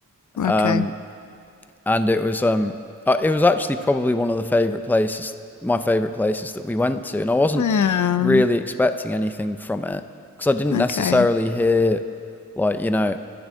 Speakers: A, on the left (about 60°); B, in the centre.
A: okay.
B: Um, and it was um uh, it was actually probably one of the favorite places my favorite places that we went to and I wasn't
A: Yeah.
B: really expecting anything from it because I didn't
A: Okay.
B: necessarily hear like you know